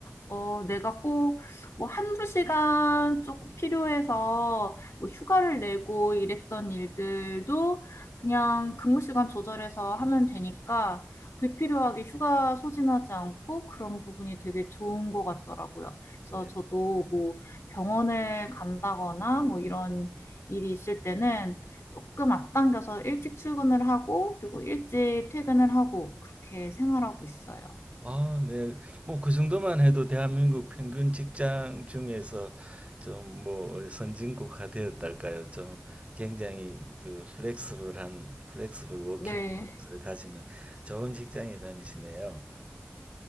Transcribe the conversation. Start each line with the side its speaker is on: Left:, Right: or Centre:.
Left: 어, 내가 꼭, 뭐, 한두 시간 조금 필요해서, 뭐, 휴가를 내고 이랬던 일들도 그냥 근무 시간 조절해서 하면 되니까, 불필요하게 휴가 소진하지 않고 그런 부분이 되게 좋은 것 같더라고요. 그래서
Right: 네.
Left: 저도 뭐, 병원을 간다거나 뭐, 이런 일이 있을 때는 조금 앞당겨서 일찍 출근을 하고, 그리고 일찍 퇴근을 하고, 그렇게 생활하고 있어요.
Right: 아, 네. 뭐 그 정도만 해도 대한민국 평균 직장 중에서 좀 뭐 선진국화 되었달까요? 좀 굉장히 그 플렉스블한 플렉스블 워킹을
Left: 네.
Right: 가지는 좋은 직장에 다니시네요.